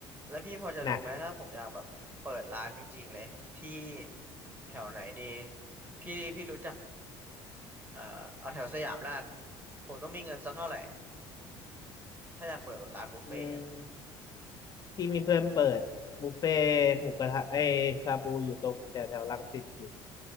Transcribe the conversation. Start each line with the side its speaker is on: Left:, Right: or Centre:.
Right: แล้วพี่พอจะรู้ไหมถ้าผมอยากแบบเปิดร้านจริงๆเลยที่
Left: หนัก
Right: แถวไหนดีพี่พี่รู้จักเอ่อเอาแถวสยามล้านผมต้องมีเงินสักเท่าไหร่ถ้าอยากเปิดแบบร้านบุฟเฟ่ต์อะ
Left: อืม พี่มีเพื่อนเปิดบุฟเฟ่ต์หมูกระทะไอชาบูอยู่ตรงแถวแถวรังสิตอยู่